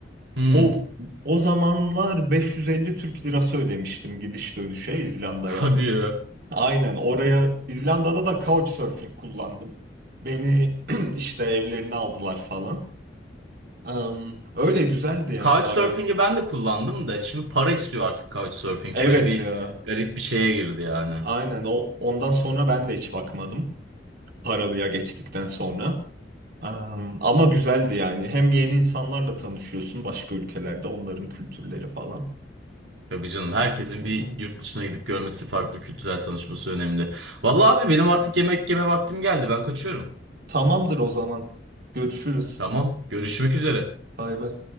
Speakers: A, on the right (about 85°); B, on the right (about 60°).
A: Hmm.
B: O o zamanlar 550 Türk lirası ödemiştim gidiş dönüşe İzlanda'ya.
A: Hadi ya.
B: Aynen oraya İzlanda'da da couchsurfing kullandım. Beni <clears throat> işte evlerine aldılar falan. Am, öyle güzeldi yani
A: Couchsurfing'i
B: baya.
A: ben de kullandım da şimdi para istiyor artık Couchsurfing.
B: Evet
A: Böyle bir
B: ya.
A: garip bir şeye girdi yani.
B: Aynen o ondan sonra ben de hiç bakmadım. Paralıya geçtikten sonra. Am, ama güzeldi yani. Hem yeni insanlarla tanışıyorsun başka ülkelerde onların kültürleri falan.
A: Tabii canım herkesin
B: Hı hı.
A: bir yurt dışına gidip görmesi, farklı kültürel tanışması önemli. Vallahi abi benim artık yemek yeme vaktim geldi. Ben kaçıyorum.
B: Tamamdır o zaman. Görüşürüz.
A: Tamam, görüşmek üzere.
B: Bay bay.